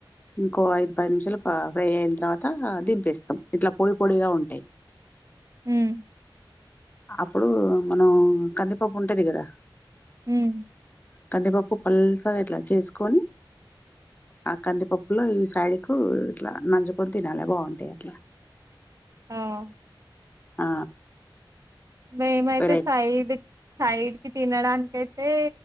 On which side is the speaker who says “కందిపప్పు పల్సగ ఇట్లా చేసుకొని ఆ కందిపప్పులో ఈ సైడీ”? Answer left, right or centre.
Left